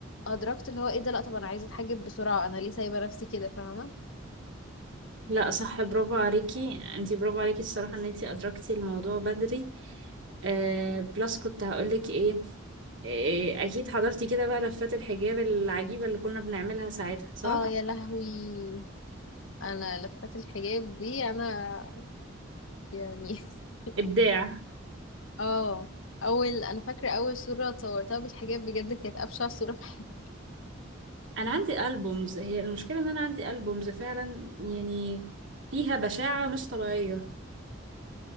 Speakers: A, on the left; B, on the right.
A: أدركت اللي هو ايه ده لأ طب أنا عايزة أتحجب بسرعة أنا ليه سايبة نفسي كده فاهمة
B: لا صح برافو عليكي انتي برافو عليكي الصراحة ان انتي ادركتي الموضوع بدري آه بلس كنت هقولك ايه, إيه اكيد حضرتي كده بقى لفات الحجاب العجيبة اللي كنا بنعملها ساعتها صح
A: اه يا لهوي أنا لفات الحجاب دي أنا يعني <laughs>
B: ابداع
A: اه أول أنا فاكرة أول صورة اتصورتها بالحجاب بجد كانت أبشع صورة في حياتي
B: انا عندي البومز هي المشكلة ان انا عندي البومز فعلا يعني فيها بشاعة مش طبيعية